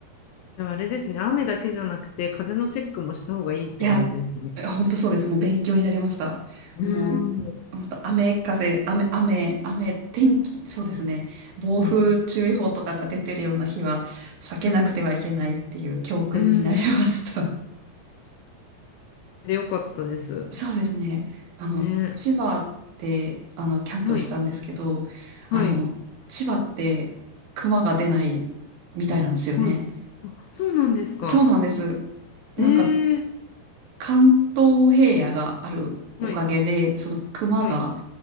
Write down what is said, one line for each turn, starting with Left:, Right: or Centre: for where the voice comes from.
Left: じゃああれですね、雨だけじゃなくて、風のチェックもした方がいいって感じですね。
Right: いや、本当そうです。もう勉強になりました。
Left: うん、
Right: もう、本当雨風、雨、雨、雨、天気、そうですね。暴風注意報とかが出てるような日は避けなくてはいけないっていう教訓になりました。
Left: うん、うん、うん。で、よかったです。
Right: <laughs> そうですね。あの、
Left: ね、
Right: 千葉で、あの、キャンプしたんですけど、
Left: はい、はい、
Right: あの、千葉って熊が出ないみたいなんですよね。
Left: はい。そうなんですか。
Right: そうなんです。なんか
Left: えー、
Right: 関東平野があるおかげで、
Left: はい、
Right: その熊が、
Left: はい。